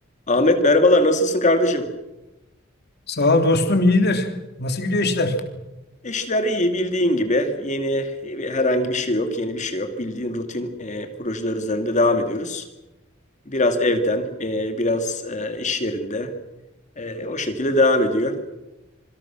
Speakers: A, on the left; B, on the left.
A: Ahmet merhabalar nasılsın kardeşim?
B: Sağ ol dostum iyidir. Nasıl gidiyor işler?
A: İşler iyi bildiğin gibi yeni e, herhangi bir şey yok yeni bir şey yok bildiğin rutin e, projeler üzerinde devam ediyoruz. Biraz evden e, biraz e, iş yerinde e, o şekilde devam ediyor.